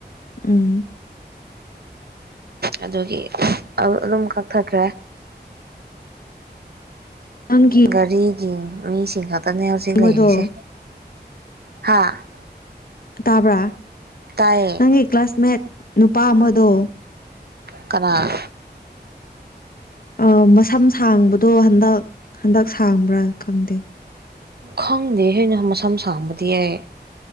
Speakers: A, on the left; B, on the right.
A: ꯎꯝ
B: ꯑꯗꯨꯒꯤ ꯑꯗꯨꯝ ꯀꯛꯊꯈ꯭ꯔꯦ
A: ꯊꯪꯀꯤ
B: ꯒꯥꯔꯤꯒꯤ ꯃꯤꯁꯤꯡ ꯈꯛꯇꯅꯦ ꯍꯧꯖꯤꯛ
A: ꯑꯃꯗꯣ
B: ꯂꯩꯔꯤꯁꯦ ꯍꯥ
A: ꯇꯥꯕ꯭ꯔꯥ
B: ꯇꯥꯏꯌꯦ
A: ꯅꯪꯒꯤ ꯀ꯭ꯂꯥꯁꯃꯦꯠ ꯅꯨꯄꯥ ꯑꯃꯗꯣ
B: ꯀꯅꯥ
A: ꯑ ꯃꯁꯝ ꯁꯥꯡꯕꯗꯣ ꯍꯟꯗꯛ ꯍꯟꯗꯛ ꯁꯥꯡꯕ꯭ꯔꯥ ꯈꯪꯗꯦ
B: ꯈꯪꯗꯦ ꯍꯩꯅ ꯃꯁꯝ ꯁꯥꯡꯕꯗꯤ ꯌꯥꯏ